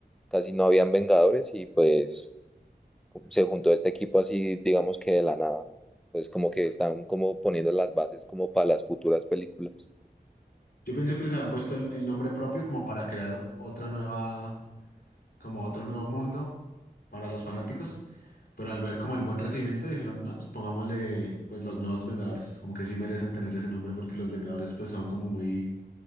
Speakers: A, in the centre; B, on the left.
A: casi no habían Vengadores y pues se juntó este equipo así, digamos que de la nada. Pues como que están como poniendo las bases como para las futuras películas.
B: Yo pienso que les habían puesto el, el nombre propio como para crear otra nueva, como otro nuevo mundo para los fanáticos. Pero al ver como el buen recibimiento dijeron, no, pues pongámosle pues los nuevos Vengadores, como que sí merecen tener ese nombre porque los Vengadores pues son como muy,